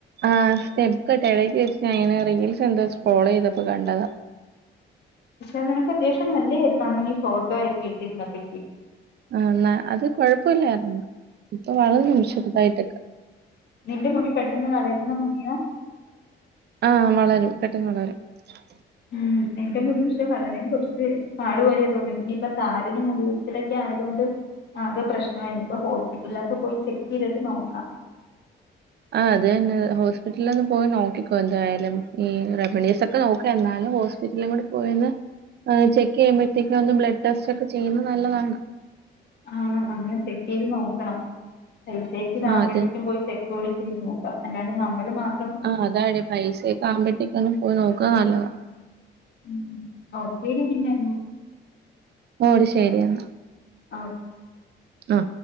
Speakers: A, on the right; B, on the left.
A: ആ് സ്റ്റെപ്പ് കട്ടെ ഇടയ്ക്ക് വെച്ച അങ്ങെ റീൽസ് എന്താ വെച്ച് സ്ക്രോൾ ചെയ്തപ്പോ കണ്ടതാ
B: പക്ഷേ നിനക്ക് അത്യാശ്യം നല്ലായിരുന്നു അന്ന ഫോട്ടോ ഒക്ക ഇട്ടിരുന്നപ്പ
A: ആ അത് കുഴപ്പില്ലായിരുന്നു ഇപ്പൊ വളർന്നു ചെറുതായിട്ടൊക്കെ
B: നിന്റെ മുടി പെട്ടെന്ന് വളരുന്ന മുടിയാ
A: ആ വളരും പെട്ടെന്ന് വളരും <inaudible>
B: ഉം എന്റെ മുടി പക്ഷേ വളരാൻ കുറച്ച് പാടുപോലെ തോന്നി പിന്നെ ഇപ്പം താരനും മുടിവീച്ചലൊക്കെ ആയതുകൊണ്ട് ആകെ പ്രശ്നമായി ഇനിയിപ്പോ ഹോസ്പിറ്റലിൽ പോയി ചെക്ക് ചെയ്തിട്ട് നോക്കാം
A: ആ് അതന്നെ ഹോസ്പിറ്റലിൽ ഒന്ന് പോയി നോക്കിക്കോ എന്തായാലും ഈ റെമഡീസ് ഒക്കെ നോക്ക എന്നാലും ഹോസ്പിറ്റലും കൂടെ പോയന്ന് ചെക്ക് ചെയ്യുമ്പഴത്തേക്കും ഒന്ന് ബ്ലഡ് ടെസ്റ്റ് ഒക്കെ ചെയ്യുന്നത് നല്ലതാണ്
B: ആണ് അങ്ങനെ ചെക്ക് ചെയ്ത് നോക്കണം പൈസേക്ക് ഇതാവകുമ്പോഴത്തേക്കും
A: ആഹ് അത്
B: പോയി ചെക്ക് കൂടി ചെയ്ത് നോക്കാം അല്ലാണ്ട് നമ്മള് മാത്..
A: ആഹ് അതാണ് പൈസയക്കെ ആവുമ്പോഴത്തേകൊന്ന് പോയി നോക്കുക നല്ലത.
B: ഉ ഓക്ക ടി പിന്നെന്ന..
A: ഓ ശരി എന്നാ.
B: ഓക്കെ
A: ആ